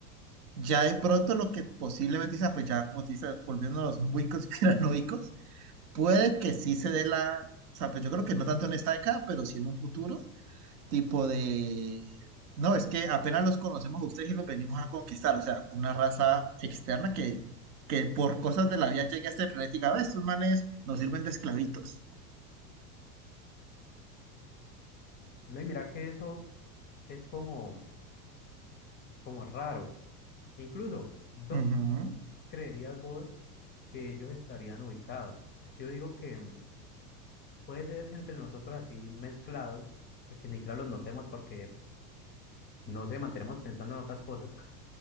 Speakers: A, on the right; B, on the left.
A: Ya de pronto lo que posiblemente sea, pues ya como te dice, volviéndonos muy <laughs> conspiranoicos, puede que sí se dé la, o sea, pues yo creo que no tanto en esta década, pero sí en un futuro, tipo de, no, es que apenas los conocemos a ustedes y los venimos a conquistar, o sea, una raza externa que, que por cosas de la vida llega a este planeta y diga, "Ve, estos manes nos sirven de esclavitos.
B: No, y mira que eso es como, como raro. Incluso, ¿dónde
A: Ujú,
B: creerías vos que ellos estarían ubicados? Yo digo que mm, puede ser entre nosotros así mezclados, que ni claro los notemos porque, no sé, mantenemos pensando en otras cosas